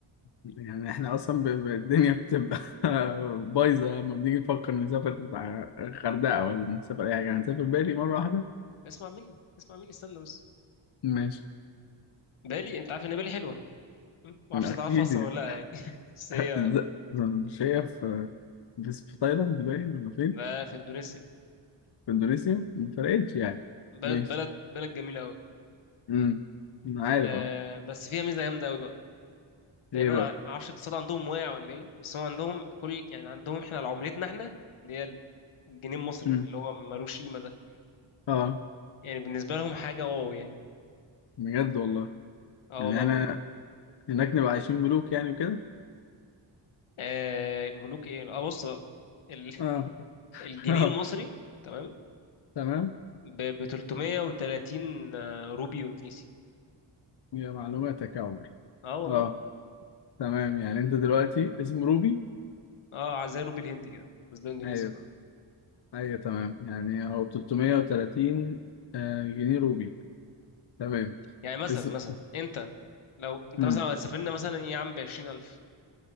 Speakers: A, on the left; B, on the left.
A: يعني احنا اصلا ب... ب- الدنيا بتبقى <laughs> بايظه لما بنيجي نفكر نسافر ع- الغردقه ولا نسافر اي حاجه هنسافر بالي مره واحده
B: اسمع مني اسمع مني استنى بس
A: ماشي
B: بالي انت عارف ان بالي حلوة م? ما اعرفش
A: اكيد
B: تعرفها اصلا
A: يعني.
B: ولا لا يعني <laughs> بس
A: <laughs>
B: هي
A: ز- مش هي في في في تايلاند باين ولا فين
B: بقى في اندونيسيا
A: في اندونيسيا ما فرقتش يعني
B: بلد
A: ماشي
B: بلد بلد جميلة قوي
A: امم انا عارف
B: آه
A: اه
B: بس فيها ميزة جامدة قوي بقى تقريبا
A: ايه بقى
B: ع- ما اعرفش الاقتصاد عندهم واقع ولا ايه بس هو عندهم كل يعني عندهم احنا على عملتنا احنا اللي هي الجنيه المصري
A: امم
B: اللي هو ملوش قيمة ده
A: اه
B: يعني بالنسبة لهم حاجة واو يعني
A: بجد والله
B: اه
A: يعني
B: والله
A: احنا
B: بو...
A: هناك نبقى عايشين ملوك يعني وكده
B: آه ملوك ايه اه بص بقى ال...
A: اه
B: <laughs> الجنيه
A: <laughs> اه
B: المصري تمام
A: تمام
B: ب ب 330 آه، روبي اندونيسي
A: يا معلوماتك يا عمر
B: اه والله
A: اه تمام يعني انت دلوقتي اسم روبي
B: اه زي روبي الهندي كده بس ده اندونيسي
A: ايوه
B: بقى
A: ايوه تمام يعني هو ب 330 آه، جنيه روبي تمام
B: يعني مثلا
A: اسم
B: مثلا انت لو انت
A: امم
B: مثلا لو سافرنا مثلا ايه يا عم ب 20000